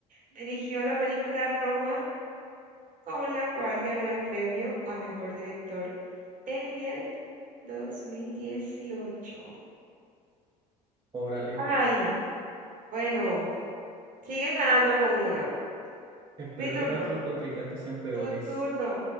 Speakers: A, on the right; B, on the right.
A: Dirigió la película Roma con la cual ganó el premio a mejor director en el 2018.
B: Órale,
A: Ay, bueno, sigue ganando con uno.
B: espero
A: Mi turno,
B: que nuestros contrincantes sean peores.
A: tu turno,